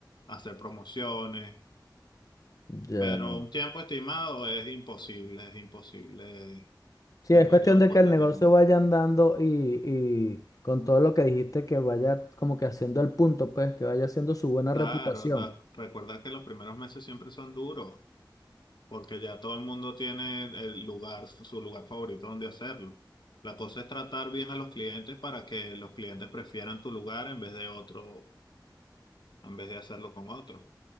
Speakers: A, on the left; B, on the left.
A: hacer promociones.
B: Ya.
A: Pero un tiempo estimado es imposible, es imposible
B: Sí,
A: tenerlo
B: es cuestión
A: en
B: de
A: cuánto
B: que el negocio
A: tiempo.
B: vaya andando y, y con todo lo que dijiste, que vaya como que haciendo el punto, pues, que vaya haciendo su buena
A: Claro,
B: reputación.
A: da- recuerda que los primeros meses siempre son duros. porque ya todo el mundo tiene el lugar, su lugar favorito donde hacerlo. La cosa es tratar bien a los clientes para que los clientes prefieran tu lugar en vez de otro, en vez de hacerlo con otro.